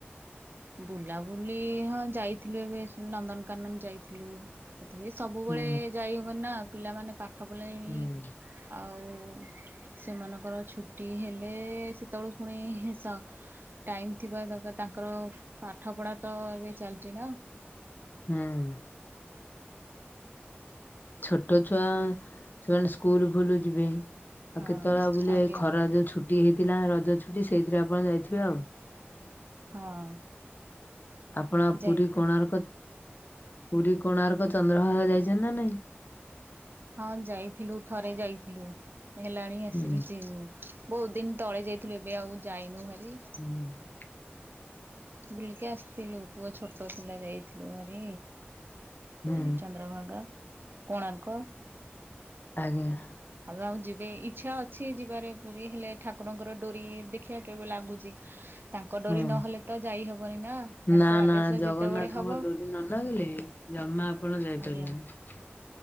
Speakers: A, on the right (about 55°); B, on the left (about 50°).
A: ବୁଲାବୁଲି ହଁ ଯାଇଥିଲୁ ଏବେ ନନ୍ଦନକାନନ ଯାଇଥିଲୁ। ତଥାପି ସବୁବେଳେ
B: ହୁଁ
A: ଯାଇ ହବନି ନା ପିଲାମାନେ ପାଠ ପଢ଼ିଲେଣି।
B: ହୁଁ
A: ଆଉ ସେମାନଙ୍କର ଛୁଟି ହେଲେ ସେତେବେଳକୁ ପୁଣି ସ ଟାଇମ୍ ଥିବା ଦକାର ତାଙ୍କର ପାଠପଢ଼ା ତ ଏବେ ଚାଲିଛି ନା।
B: ହୁଁ। ଛୋଟ ଛୁଆ ସେମାନେ ସ୍କୁଲୁ ଫୁଲୁ ଯିବେ। ଆଉ
A: ହଁ
B: କେତେବେଳେ ଆଉ ବୁଲ
A: ଆଜ୍ଞା
B: ଏଇ ଖରା ଯୋଉ ଛୁଟି ହେଇଥିଲା ରଜ ଛୁଟି ସେଇଥିରେ ଆପଣ ଯାଇଥିବେ ଆଉ।
A: ହଁ
B: ଆପଣ
A: ଯାଇ
B: ପୁରୀ କୋଣାର୍କ ପୁରୀ କୋଣାର୍କ ଚନ୍ଦ୍ରଭାଗା ଯାଇଛନ୍ତି ନା ନାଇଁ?
A: ହଁ ଯାଇଥିଲୁ ଥରେ ଯାଇଥିଲୁ ହେଲାଣି ଆସିକି
B: ହୁଁ
A: ସେ ବହୁତ ଦିନ୍ ତଳେ ଯାଇଥିଲୁ ଏବେ ଆଉ ଯାଇନୁ ହେରି।
B: ହୁଁ।
A: ବୁଲିକି ଆସିଥିଲୁ ପୁଅ ଛୋଟ ଥିଲା ଯାଇଥିଲୁ ହାରି।
B: ହୁଁ
A: ପୁରୀ ଚନ୍ଦ୍ରଭାଗା କୋଣାର୍କ।
B: ଆଜ୍ଞା।
A: ଏବେ ଆଉ ଯିବେ ଇଚ୍ଛା ଅଛି ଯିବାରେ ପୁରୀ ହେଲେ ଠାକୁରଙ୍କର ଡୋରି ଦେଖିଆ କେବେ ଲାଗୁଛି। ତାଙ୍କ ଡୋରି
B: ହଁ
A: ନହେଲେ ତ ଯାଇହବନି ନା ତାଙ୍କ
B: ନା
A: ଆଦେଶ
B: ନା ଜଗନ୍ନାଥଙ୍କ
A: ଯେତେବେଳେ ହବ।
B: ଡୋରି ନ ନାଗିଲେ ଜମା ଆପଣ ଯାଇପାରିବେନି।
A: ଆଜ୍ଞା